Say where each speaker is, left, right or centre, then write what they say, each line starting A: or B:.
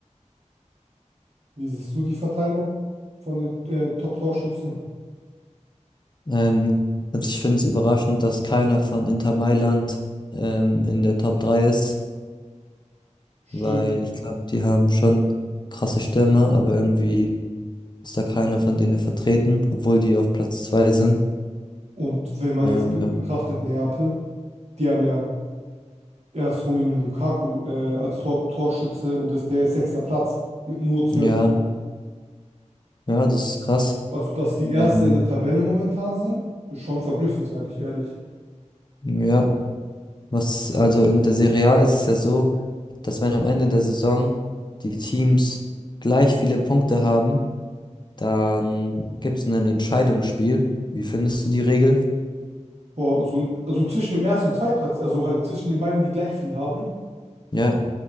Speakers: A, on the right; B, on the left.
A: wie siehst du die Verteilung von den äh, Top-Torschützen?
B: Ähm, also ich finde es überraschend, dass keiner von Inter Mailand ähm, in der Top 3 ist,
A: Stimmt.
B: weil ich glaube, die haben schon krasse Stürmer, aber irgendwie ist da keiner von denen vertreten, obwohl die auf Platz zwei sind.
A: Und wenn man
B: Ähm,
A: jetzt be
B: ja.
A: betrachtet, Neapel, die haben ja erst Romelu Lukaku äh, als Top-Torschütze und das ist der sechster Platz mit nur zwölf
B: Ja,
A: Toren.
B: ja, das ist krass.
A: Also, dass die Erste
B: Ähm,
A: in der Tabelle momentan sind, ist schon verblüffend, sage ich ehrlich.
B: ja, was also in der Serie A ist es ja so, dass wenn am Ende der Saison die Teams gleich viele Punkte haben, dann gibt es ein Entscheidungsspiel. Wie findest du die Regel?
A: Boah, so, ein- also zwischen dem ersten und Zweitplatz, also halt zwischen den beiden, die gleich viel haben,
B: Ja,